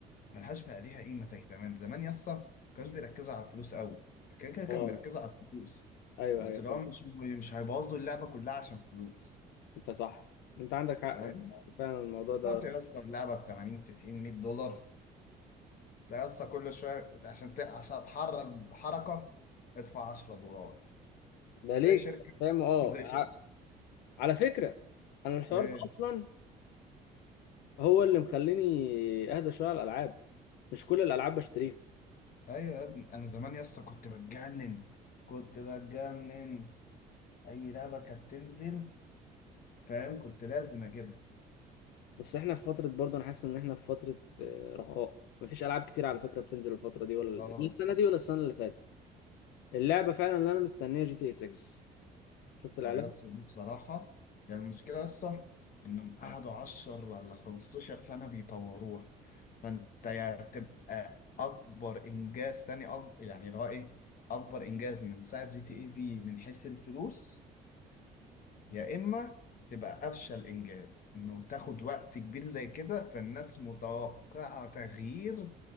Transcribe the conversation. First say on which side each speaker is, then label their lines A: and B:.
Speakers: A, on the left (about 55°); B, on the left (about 80°).
A: ملهاش بقى ليها قيمه زي زمان زمان يس ما كانوش بيركزوا على الفلوس قوي كده كده كان
B: اه
A: بيركزوا على الفلوس
B: ايوه
A: بس
B: ايوه
A: اللي
B: فاهم
A: هو مش مش هيبوظوا اللعبه كلها عشان فلوس
B: انت صح انت عندك حق
A: فاهم
B: انا فعلا الموضوع ده
A: دلوقتي يس اللعبه ب 80 90 100 دولار تلاقي يس كل شويه عشان ت... عشان اتحرك حركه ادفع 10 دولار
B: ده
A: زي
B: ليك
A: شركه
B: فاهم
A: <laughs>
B: اه
A: زي
B: ع-
A: شركه
B: على فكره انا الحوار
A: ايه
B: ده اصلا هو اللي مخليني اهدى شويه على الالعاب مش كل الالعاب بشتريها
A: ايوه يا ابني انا زمان يس كنت بتجنن كنت بتجنن اي لعبه كانت تنزل فاهم كنت لازم اجيبها
B: بس احنا في فتره برضه انا حاسس ان احنا في فتره آه، رخاء مفيش العاب كتير على فكره بتنزل الفتره دي ولا
A: اه
B: لا السنه دي ولا السنه اللي فاتت اللعبه فعلا اللي انا مستنيها جي تي اي 6 شفت الاعلان
A: اه يس دي بصراحه كان المشكله يس انهم قعدوا 10 ولا 15 سنه بيطوروها فانت يا تبقى اكبر انجاز تاني أكبر يعني اللي هو ايه اكبر انجاز من ساعه جي تي اي في من حيث الفلوس يا اما تبقى افشل انجاز انه تاخد وقت كبير زي كده فالناس متوقعه تغيير